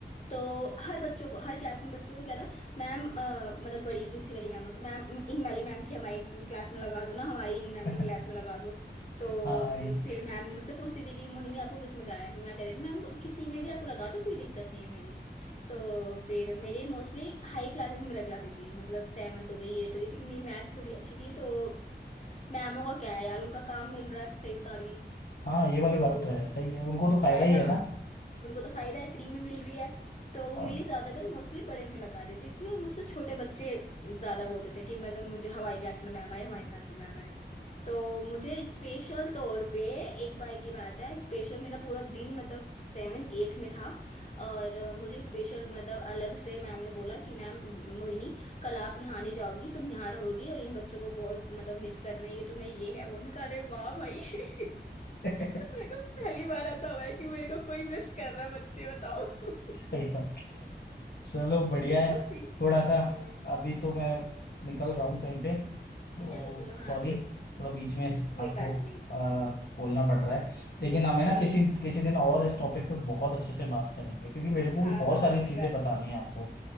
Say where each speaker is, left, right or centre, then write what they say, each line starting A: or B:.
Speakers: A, on the left; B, on the left.
A: तो हर बच्चों को हर क्लास में बच्चों को क्या था मैम अ, मतलब बड़ी दूसरी वाली मैमों से मैम इन वाली मैम की हमारी क्लास में लगा दो ना हमारी इन मैम
B: <laughs>
A: की क्लास में लगा दो तो
B: हाँ
A: अम,
B: ये-
A: फिर मैम मुझसे पूछती थी कि मोहिनी आपको किस में जाना है फिर मैं कह देती थी मैम किसी में भी आपको लगा दो कोई दिक्कत नहीं है मेरी तो फिर मेरे मोस्टली हाई क्लासेस में लग जाती थी मतलब सेवन्थ हो गई एट हो गई क्योंकि मेरी मैथ्स थोड़ी अच्छी थी तो मैमों का क्या है यार उनका काम मिल रहा है सही बता रही हूँ
B: हाँ ये वाली
A: तो
B: बात तो है सही है उनको तो फायदा
A: है
B: ही
A: ना
B: है ना
A: उनको तो फायदा है फ्री में मिल रही है तो वो
B: और
A: मेरी
B: क्या?
A: ज्यादातर मोस्टली बड़े में लगा देती थी और मुझसे छोटे बच्चे ज्यादा वो होते थे कि मतलब मुझे हमारी क्लास में मैम आए हमारी क्लास में मैम आए तो मुझे स्पेशल तौर पे एक बार की बात है स्पेशल मेरा पूरा दिन मतलब सेवन एट में था और मुझे स्पेशल मतलब अलग से मैम ने बोला कि मैम मोहिनी कल आप यहाँ नहीं जाओगी तुम यहाँ रहोगी और इन बच्चों को बहुत मतलब मिस कर रहे हैं ये तुम्हें ये है वो है। मैं कह अरे वाह भाई <laughs>
B: <laughs>
A: मेरे को पहली बार ऐसा हुआ है कि मेरे को कोई मिस कर रहा है बच्चे बताओ <laughs>
B: सही बात चलो बढ़िया
A: बहुत
B: है
A: सी
B: थोड़ा सा
A: हम्म
B: अभी तो मैं निकल रहा हूँ कहीं पे तो
A: चलो चलो हाँ
B: सॉरी
A: कोई
B: थोड़ा बीच में
A: कोई
B: आपको
A: बात नहीं
B: आ, बोलना पड़ रहा है लेकिन हमें
A: नहीं
B: ना किसी
A: नहीं
B: किसी दिन और इस टॉपिक पे बहुत अच्छे से बात करेंगे क्योंकि मेरे को
A: हाँ
B: भी बहुत
A: हाँ
B: सारी
A: कोई
B: चीजें
A: बात
B: बतानी
A: नहीं
B: है आपको